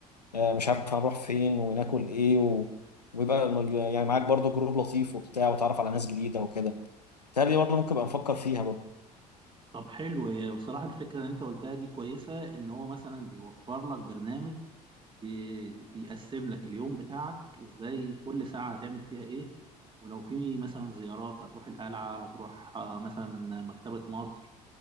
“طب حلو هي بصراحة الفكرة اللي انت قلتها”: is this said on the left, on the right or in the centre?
Right